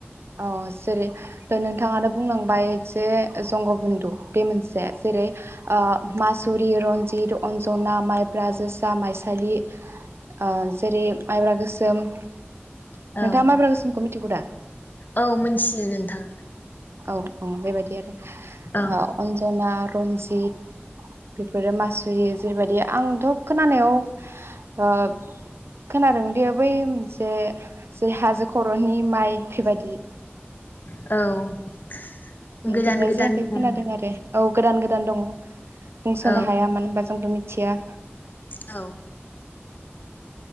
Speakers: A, on the right (about 70°); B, on the left (about 45°).
A: औ जेरै नोंथाङानो बुंलांबाय जे जंगबन्न्दु बे मोनसे जेरै ओ मासुरि, रन्जित, अन्जना, माइब्रा, जोसा, माइसालि। ओ जेरै माइब्रा गोसोम। नोंथांङा
B: औ
A: माइब्रा गोसोमखौ मिथिगौ दा?
B: औ मिन्थियो नोंथां।
A: औ औ बेबायदि आरो।
B: औ
A: ओ अनजाना रन्जित बेफोरो मासुरि जेरैबायदि आंथ खोनानायाव <unintelligible> खोनादोंदि बै मोनसे जे हाजो खरनि माइ बेबायदि
B: औ
A: नुफेरनाय
B: गोदान गोदान
A: जायाखै
B: मुं
A: खोनादों आरो। औ गोदान गोदान दङ। बुंसनो
B: औ
A: हाया मानो होनबा जोंथ मि थिया
B: औ